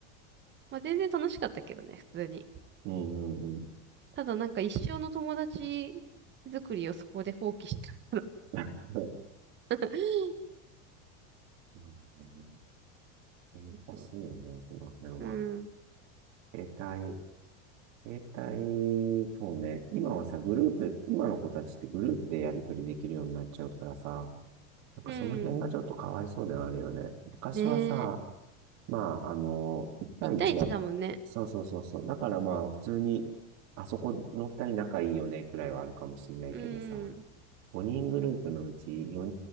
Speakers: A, on the right; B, on the right.
A: まあ、全然楽しかったけどね、普通に。
B: うんうんうん。
A: ただなんか一生の友達作りをそこで放棄したから。
B: <laughs> まあ
A: <laughs>
B: ね難しいよね、
A: そう
B: その辺は。
A: うん。
B: 携帯携帯、そうね。今はさ、グループ、今の子たちってグループでやり取りできるようになっちゃうからさ、なんかその辺がちょっとかわいそうではあるよね。
A: うん。
B: 昔はさ、
A: ねえ。
B: まあ、あの、1対1だ。
A: 1対1だもんね。
B: そうそうそうそう。だからまあ、普通に、あそこの2人仲いいよね、くらいはあるかもしれないけどさ、
A: うーん。
B: 5人グループのうち4